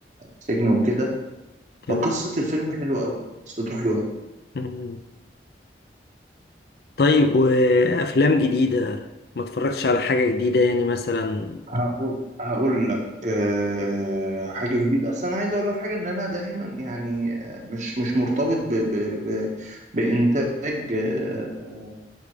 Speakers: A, on the right; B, on the left.
A: السجن وكده
B: تمام
A: فقصه الفيلم حلوه قوي قصته حلوه قوي
B: مم. طيب وأفلام جديدة ما اتفرجتش على حاجة جديدة يعني مثلا
A: هقول هقول لك آه، حاجه جديده اصل انا عايز اقول لك حاجه ان انا دايما يعني آه، مش مش مرتبط ب ب ب بانتاج آه،